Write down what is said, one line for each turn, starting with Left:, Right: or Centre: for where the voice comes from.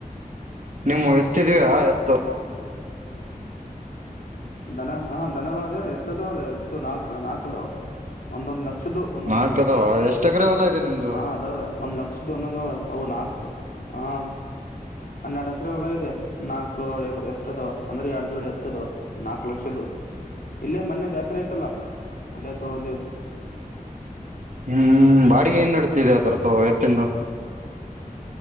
Right: ನಿವು ಎತ್ತಿದ್ಯಾ ಎತ್ತು
Left: ದನ ಹ ದನಗಳದವು ಎತ್ತದ ಅಲ್ಲ ಎತ್ತು ನಾಕ್ ನಾಕದವ ಒಂದೊಂದು ಲಕ್ಷ್ದ ಒಂದೊಂದು
Right: ನಾಲ್ಕ ಅದಾವ ಎಷ್ಟ್ ಎಕರೆ ಹೊಲ ಇದೆ ನಿಮ್ದು
Left: ಹಾ ಅದಾವ ಒಂದ್ ಲಕ್ಷ ಒಂದ ಅ ನಾಕ ಹ ಹನ್ನೆರಡು ಅಕರೆ ಹೊಲ ಇದೆ ನಾ ಎತ್ತದವ ಅಂದ್ರೆ ಎರ್ ಜೋಡಿ ಎತ್ತತದವ ನಾಲ್ಕು ಲಕ್ಷ್ದ ಇಲ್ಲೇ ಮೊನ್ನೆ ಜಾತ್ರೆ ಐತ್ತಲ್ಲ ಅಲ್ಲೇ ತೊಗೊಂಡೀವಿ
Right: ಹ್ಮ್ ಬಾಡಿಗೆ ಏನ್ ನಡತಿದೆ ಅದರ ತ ಎರ್ ತಿಂಡ